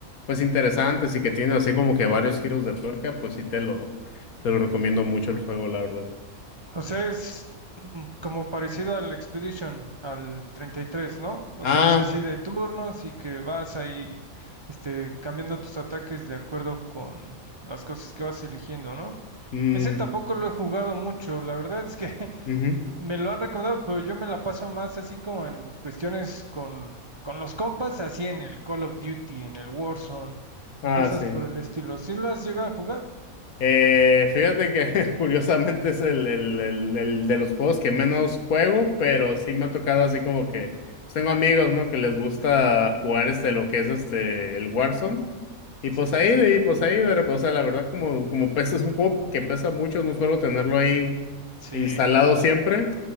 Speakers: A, on the left (about 75°); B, on the right (about 40°).
A: pues interesantes y que tiene así como que varios giros de tuerca, pues sí te lo, te lo recomiendo mucho el juego, la verdad.
B: O sea, es mm, como parecido al Expedition, al 33, ¿no? O
A: Ah,
B: sea, es así de turnos y que vas ahí, este, cambiando tus ataques de acuerdo con las cosas que vas eligiendo, ¿no?
A: mm,
B: Ese tampoco lo he jugado mucho, la verdad es que <laughs>
A: ujú.
B: me lo han recomendado, pero yo me la paso más así como en cuestiones con, con los compas, así en el Call of Duty, en el Warzone
A: Ah,
B: y cosas
A: sí.
B: por el estilo. ¿Sí lo has llegado a jugar?
A: Eh, fíjate que <laughs> curiosamente es el, el, el, el de los juegos que menos juego, pero sí me ha tocado así como que pues, tengo amigos, ¿no? Que les gusta jugar este, lo que es este, el Warzone. Y pues
B: Sí, sí,
A: ahí,
B: sí.
A: de- y pues ahí, de, rep- o sea, la verdad como, como pesa, es un juego que pesa mucho, no suelo tenerlo ahí
B: Sí,
A: instalado siempre.